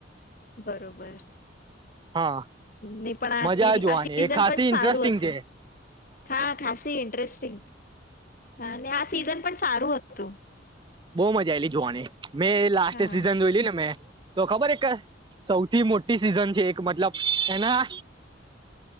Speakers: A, on the left (about 45°); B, on the right (about 25°).
A: બરોબર
B: હા.
A: નહી પણ આ
B: મજા
A: સી
B: જોવાની,
A: આ સીઝન
B: એ ખાસી
A: પણ સારું
B: ઇન્ટરેસ્ટિંગ
A: હતું
B: છે.
A: હા, ખાસી ઇન્ટરેસ્ટિંગ. હા, ને આ સિઝન પણ સારું હતું.
B: બો મજા આયલી જોવાની. મેં લાસ્ટ
A: હા હા
B: સિઝન જોયલી ને મેં તો ખબર એક સૌથી મોટ ટી સીઝન છે, એક મતલબ, એના